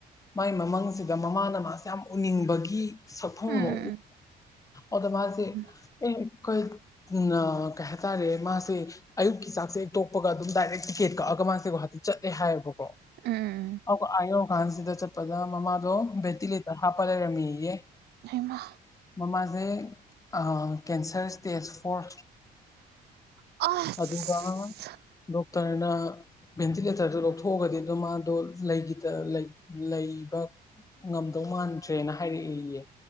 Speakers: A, on the left; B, on the right.
A: ꯃꯥꯏ ꯃꯃꯥꯡꯁꯤꯗ ꯃꯃꯥꯅ ꯃꯥꯁꯦ ꯌꯥꯝ ꯎꯅꯤꯡꯕꯒꯤ ꯁꯛꯐꯣꯡꯗꯣ
B: ꯎꯝ
A: ꯑꯗ ꯃꯥꯁꯦ
B: ꯎꯝ
A: ꯑꯩ ꯑꯩꯈꯣꯏ ꯅ ꯀꯩ ꯍꯥꯏꯇꯥꯔꯦ ꯃꯥꯁꯦ ꯑꯌꯨꯛꯀꯤ ꯆꯥꯛꯁꯦ ꯍꯛꯇꯣꯛꯄꯒ ꯑꯗꯨꯝ ꯗꯥꯏꯔꯦꯛ ꯇꯤꯀꯦꯠ ꯀꯛꯑꯒ ꯃꯥꯁꯦ ꯒꯨꯍꯥꯇꯤ ꯆꯠꯂꯦ ꯍꯥꯏꯌꯦꯕꯀꯣ
B: ꯎꯝ
A: ꯑꯗꯨꯒ ꯑ ꯌꯧꯔ ꯀꯥꯟꯁꯤꯗ ꯆꯠꯄꯗ ꯃꯃꯥꯗꯣ ꯕꯦꯠꯇꯤ ꯂꯦꯇꯔ ꯍꯥꯄꯂꯩꯔꯝꯃꯦꯌꯦ
B: ꯍꯩꯃ
A: ꯃꯃꯥꯁꯦ ꯑ ꯀꯦꯟꯁꯔ ꯏꯁ꯭ꯇꯦꯖ ꯐꯣꯔ
B: ꯑꯁ
A: ꯑꯗꯨ ꯗꯨꯝ ꯗꯣꯛꯇꯔꯅ ꯚꯦꯟꯇꯤꯂꯦꯇꯔꯗꯨ ꯂꯧꯊꯣꯛꯑꯒꯗꯤ ꯑꯗꯨꯝ ꯃꯥꯗꯣ ꯂꯩꯈꯤꯗ ꯂꯩ ꯂꯩꯕ ꯉꯝꯗꯧ ꯃꯥꯟꯗ꯭ꯔꯦꯅ ꯍꯥꯏꯔꯛꯑꯦꯌꯦ